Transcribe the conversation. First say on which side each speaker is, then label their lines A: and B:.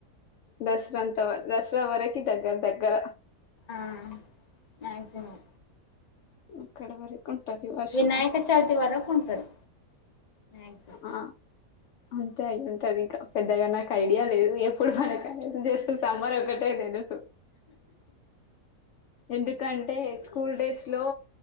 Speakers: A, on the left (about 65°); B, on the left (about 35°).
A: దసరా అంత దసరా వరకు దగ్గర దగ్గర
B: ఆ మ్యాక్సిమం
A: అక్కడ వరకు ఉంటది వర్షం
B: వినాయక చవితి వరకు ఉంటది మ్యాక్సిమం
A: ఆ అంతే అయి ఉంటది ఇంకా పెద్దగా నాకు ఐడియా లేదు ఎప్పుడు మనక జస్ట్ సమ్మర్ ఒకటే తెలుసు ఎందుకంటే స్కూల్ డేస్ లో